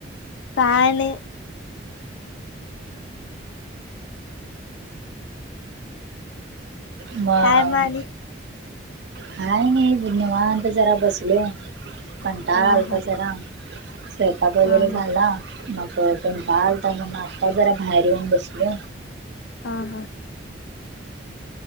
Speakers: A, on the left (about 70°); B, on the right (about 60°).
A: काय नाही.
B: मग.
A: काय म आणि
B: काय नाही निवांत जरा बसलोय. कंटाळा
A: हा
B: आलता
A: हा
B: जरा. स्वयंपाक वगैरे
A: हा
B: झाला,
A: हा
B: मग कंटाळ आलता म्हणून आता जरा बाहेर येऊन बसलोय.
A: हा हा.